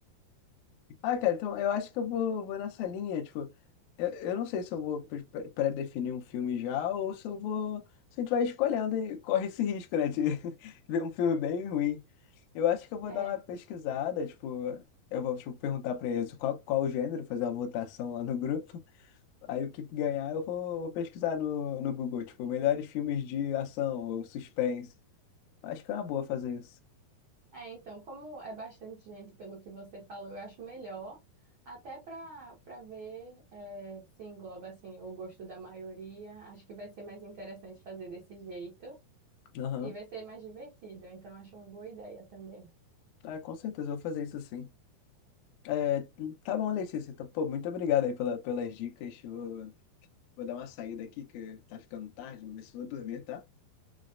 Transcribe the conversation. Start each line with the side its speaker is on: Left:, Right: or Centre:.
Left: Ah, cara, então eu acho que eu vou, vou nessa linha, tipo, eu, eu não sei se eu vou pre- pre- pré-definir um filme já ou se eu vou, se a gente vai escolhendo e corre esse risco, né, de <laughs> ver um filme bem ruim. Eu acho que eu vou
Right: É,
Left: dar uma pesquisada, tipo, eu vou, tipo, perguntar pra eles qual, qual o gênero, fazer uma votação lá no grupo, aí o que ganhar eu vou, vou pesquisar no, no Google, tipo, melhores filmes de ação ou suspense. Acho que é uma boa fazer isso.
Right: é, então, como é bastante gente, pelo que você falou, eu acho melhor, até para para ver é, se engloba, assim, o gosto da maioria. Acho que vai ser mais interessante fazer desse jeito
Left: Aham,
Right: e vai ser mais divertido, então acho uma boa ideia também.
Left: Ah, com certeza eu vou fazer isso sim. É, tá bom, Letícia. Então, Pô, muito obrigado aí pela, pelas dicas. Vou, vou dar uma saída aqui, que tá ficando tarde. Vou ver se vou dormir, tá?